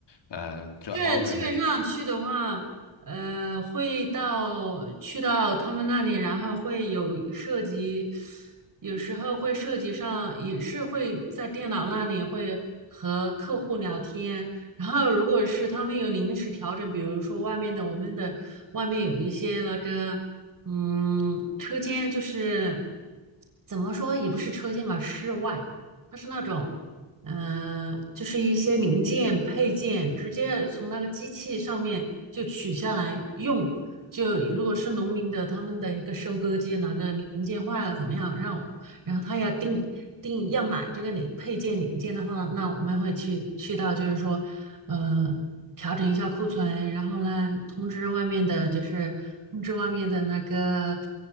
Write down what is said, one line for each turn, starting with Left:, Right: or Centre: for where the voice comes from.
Left: 呃，这
Right: 就是基本上去的话，
Left: office
Right: 呃，会到去到他们那里，然后会有涉及，有时候会涉及上，也是会在电脑那里会和客户聊天。然后如果是他们有临时调整，比如说外面的我们的外面有一些那个，嗯，车间就是怎么说也不是车间吧，室外，它是那种。嗯、就是一些零件配件，直接从那个机器上面就取下来用。就如果是农民的，他们的一个收割机哪个零件坏了怎么样，让我然后他要定定要买这个零配件零件的话，那我们会去去到就是说，呃。调整一下库存，然后呢，通知外面的，就是通知外面的那个